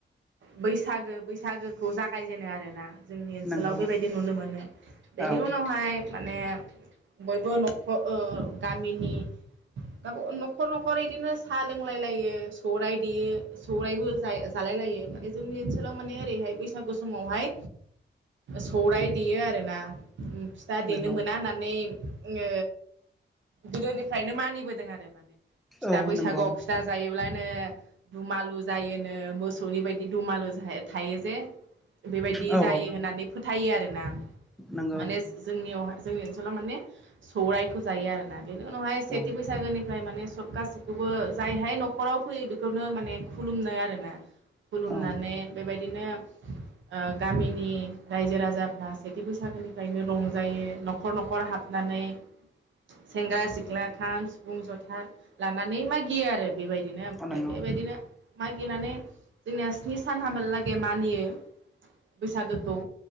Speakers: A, on the right; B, in the centre.
A: बैसागो बैसागोखौ जागायजेनो आरोना जोंनि ओनसोलाव
B: नंगौ
A: बेबायदि नुनो मोनो बेनि
B: औ
A: उनावहाय माने बयबो नखर ओ गामिनि गाबागाव न'खर न'खर इदिनो सा लोंलाय लायो सौराइ देयो सौरायबो जाय जालाय लायो माने जोंनि ओनसोलाव माने ओरैहाय बैसागु समावहाय सौराय देयो आरोना उम फिथा देनो
B: नंगौ
A: मोना होननानै ओ गोदोनिफ्रायनो मानिबोदों आरो माने फिथा
B: औ
A: बैसागोआव
B: नंगौ
A: फिथा जायोब्ला नो दुमालु जायोनो मोसौनि बायदि दुमालु जेह थायो जे बेबायदि
B: औ
A: जायो होननानै फोथायो आरोना
B: नंगौ
A: माने जोंनियावहा जोंनि ओनसोलाव माने सौराइखौ जायो आरोना बेनि उनावहाय सेथि
B: औ
A: बैसागोनिफ्राय माने सबथासेखौबो जायहाय न'खराव फैयो बेखौनो माने खुलुमनो आरोना खुलुमनानै
B: औ
A: बेबायदि बिदिनो ओ गामिनि रायजो राजाफ्रा सेथि बैसागोनिफ्रायनो रंजायो न'खर न'खर हाबनानै सेंग्रा सिख्ला खाम सिफुं जथा लानानै मागियो आरो बेबायदिनो ओमफ्राय
B: नंगौ
A: बेबायदिनो मागिनानै जोंनिया स्नि सान हाबालागे मानियो बैसागोखौ